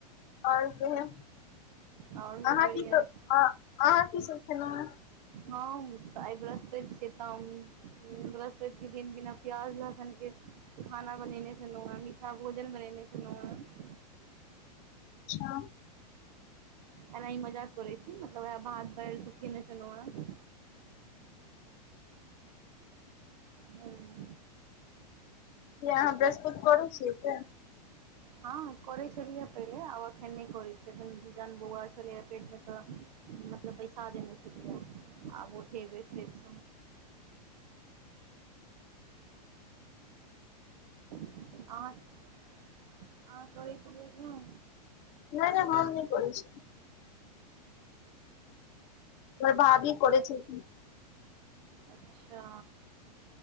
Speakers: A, on the left (about 30°); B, on the right (about 70°).
A: और कहियौ <inaudible>
B: आओर
A: अहाँ
B: बढ़िया
A: की सब
B: अइ
A: अहाँ की सब खेलौंहें
B: हम तऽ आइ बृहस्पति छै तऽ हम बृहस्पति केँ दिन बिना प्याज लहसन केँ खाना बनेने छलौ हें मीठा भोजन बनेने छलै हें।
A: <unintelligible>
B: अना इ मजाक करै छी मतलब वैह भात दाइल सब खेने छैलौ है हेँ
A: कियै अहाँ बृहस्पत करय छियै से
B: हँ करै छलिय पहिले आब एखन नै करै छियै अखन जन बौआ छलै पेट मे तऽ मतलब बैसा देने छलिय आब उठेबे फेरस <unintelligible> अहां करै छलियै की नै
A: नै नै हम नै करै छियै हमर भावी करैय छलखीन हें
B: अच्छा